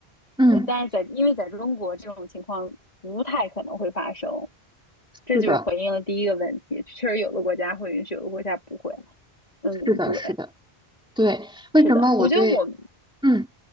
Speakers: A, in the centre; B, on the left (about 40°).
A: 嗯，
B: 呃，但是在因为在中国这种情况不太可能会发生。这就回应了第一个问题，
A: 是的，
B: 确实有的国家会允许，有的国家不会。嗯，
A: 是的，
B: 对，
A: 是的，对，为什么我对
B: 是的，我觉得我，
A: 嗯。